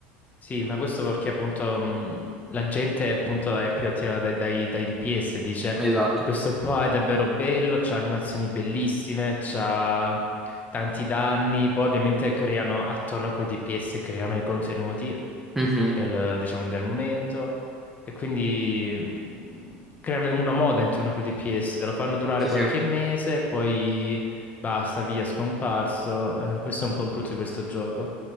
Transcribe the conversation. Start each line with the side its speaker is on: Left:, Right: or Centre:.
Left: Sì, ma questo perché appunto mh, la gente appunto è più attirata dai, dai- dai DPS, dice
Centre: Esatto.
Left: questo qua è davvero bello, c'ha animazioni bellissime, c'ha tanti danni, poi ovviamente creano attorno a quel DPS, creano i contenuti
Centre: Mhm.
Left: del, diciamo, del momento e quindi mh, creano una moda intorno a quel DPS, te lo fanno durare
Centre: Sì,
Left: qualche
Centre: sì.
Left: mese, poi basta, via, scomparso. Eh, questo è un po' brutto di questo gioco.